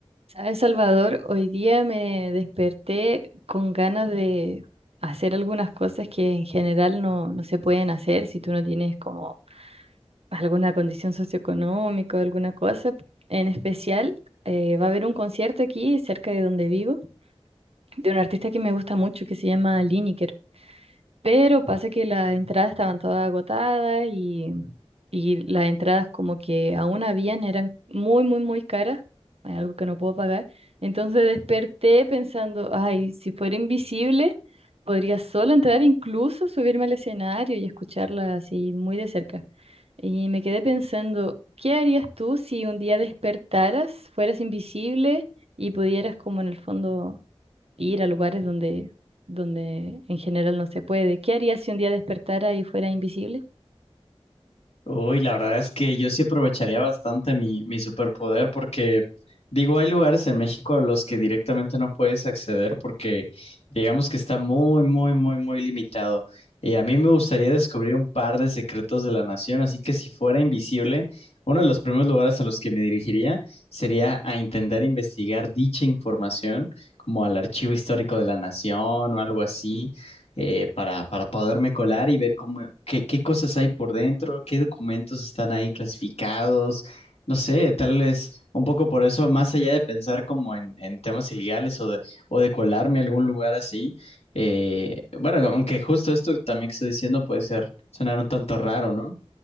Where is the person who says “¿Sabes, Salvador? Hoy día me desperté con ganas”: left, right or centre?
Right